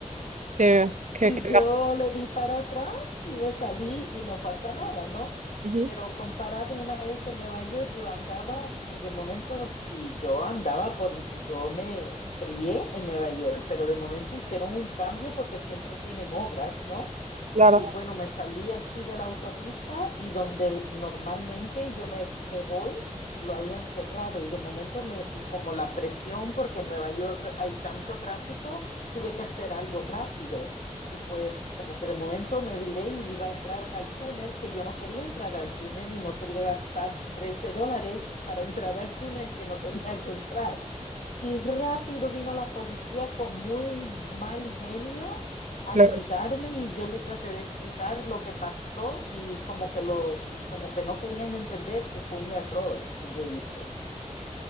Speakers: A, on the right; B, on the left.
A: que, que,
B: Y
A: que-
B: yo le di para atrás y me salí y no pasa nada, ¿no?
A: Ujú.
B: Pero comparado una vez en Nueva York, yo andaba y de momento, y yo andaba por, yo me crié en Nueva York, pero de momento hicieron un cambio porque siempre tienen obras, ¿no?
A: Claro.
B: Y bueno, me salí así de la autopista y donde normalmente yo me, me voy, lo habían cerrado y de momento me, y como la presión, porque en Nueva York hay tanto tráfico, tuve que hacer algo rápido y pues como que de momento me viré y iba a entrar al túnel, que yo no quería entrar al túnel y no quería gastar 13 dólares para entrar al túnel que no tenía que entrar. Y rápido vino la policía con muy mal genio a
A: claro.
B: gritarme y yo le traté de explicar lo que pasó y como que lo como que no querían entender que fue un error que yo hice.